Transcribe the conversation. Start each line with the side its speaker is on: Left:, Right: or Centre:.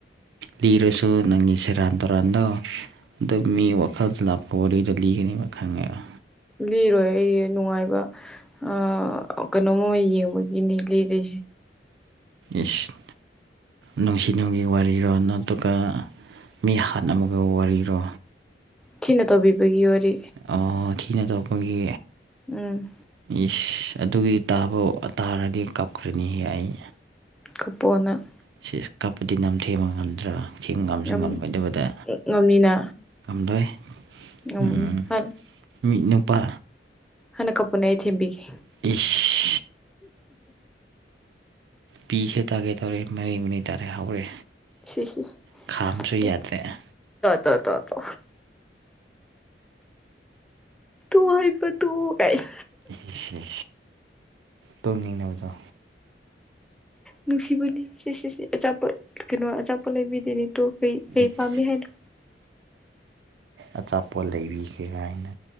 Right: ꯂꯤꯔꯁꯨ ꯅꯪꯒꯤ ꯁꯦꯔꯥꯟ ꯇꯨꯔꯥꯟꯗꯣ꯫ ꯑꯗꯨ ꯃꯤ ꯋꯥꯈꯜꯗ ꯂꯥꯛꯄ ꯋꯥꯔꯤꯗꯨ ꯂꯤꯒꯅꯦꯕ ꯈꯪꯉꯦꯕ꯫
Centre: ꯂꯤꯔꯣꯏ ꯑꯩ ꯅꯨꯡꯉꯥꯏꯕ ꯑꯥ ꯀꯩꯅꯣꯝꯃ ꯌꯦꯡꯕꯒꯤꯅꯤ ꯂꯤꯗꯣꯏꯁꯦ꯫
Right: ꯏꯁ ꯅꯨꯡꯁꯤ ꯅꯨꯡꯒꯤ ꯋꯥꯔꯤꯔꯣ ꯅꯠꯇ꯭ꯔꯒ ꯃꯤ ꯍꯥꯠꯅꯕꯒ ꯋꯥꯔꯤꯔꯣ꯫
Centre: ꯊꯤꯅ ꯇꯧꯕꯤꯕꯒꯤ ꯋꯥꯔꯤ꯫
Right: ꯑꯣ ꯊꯤꯅ ꯇꯧꯕꯒꯤ꯫
Centre: ꯎꯝ꯫
Right: ꯏꯁ ꯑꯗꯨꯒꯤ ꯇꯥꯕꯧ ꯇꯥꯔꯗꯤ ꯀꯞꯈ꯭ꯔꯅꯤꯍꯦ ꯑꯩ꯫
Centre: ꯀꯞꯄꯣ ꯅꯪ꯫
Right: ꯁꯤꯁ ꯀꯞꯄꯗꯤ ꯅꯪꯊꯦꯝꯕ ꯉꯝꯗ꯭ꯔꯥ꯫ ꯊꯦꯝꯡ ꯉꯝꯁꯨ
Centre: ꯉꯝ
Right: ꯉꯝꯃꯣꯏꯗꯕꯗ
Centre: ꯉꯝꯅꯤꯅ
Right: ꯉꯝꯂꯣꯏ꯫
Centre: ꯉꯝꯅꯤ
Right: ꯎꯝ
Centre: ꯍꯥꯟ
Right: ꯃꯤ ꯅꯨꯄꯥ
Centre: ꯍꯟꯅ ꯀꯞꯄꯣꯅꯦ ꯑꯩ ꯊꯦꯝꯕꯤꯒꯦ꯫
Right: ꯏꯁ ꯄꯤꯁꯦ ꯇꯥꯒꯦ ꯇꯧꯔꯦ ꯃꯔꯤ ꯃꯔꯤ ꯇꯥꯔꯦ ꯍꯧꯔꯦ
Centre: ꯏꯁ ꯏꯁ ꯏꯁ
Right: ꯈꯥꯝꯕꯁꯨ
Centre: ꯇꯣ
Right: ꯌꯥꯗ꯭ꯔꯦ
Centre: ꯇꯣ ꯇꯣ ꯇꯣ ꯇꯣ ꯍꯥꯏꯕ ꯇꯣꯛꯑꯣ ꯒꯥꯏꯅ
Right: ꯏꯁꯤ ꯏꯁ ꯇꯣꯡꯅꯤꯡꯅꯕꯗꯣ
Centre: ꯅꯨꯡꯁꯤꯕꯅꯤ ꯁꯦ ꯁꯦ ꯁꯦ ꯑꯆꯥꯄꯣꯠ ꯀꯩꯅꯣ ꯑꯆꯥꯄꯣ ꯂꯩꯕꯤꯗꯣꯏꯅꯤ ꯇꯣ ꯀꯩ ꯀꯩ
Right: ꯏꯁ
Centre: ꯄꯥꯝꯃꯤ ꯍꯥꯏꯔꯣ
Right: ꯑꯆꯥꯄꯣꯠ ꯂꯩꯕꯤꯒꯦ ꯒꯥꯏꯅ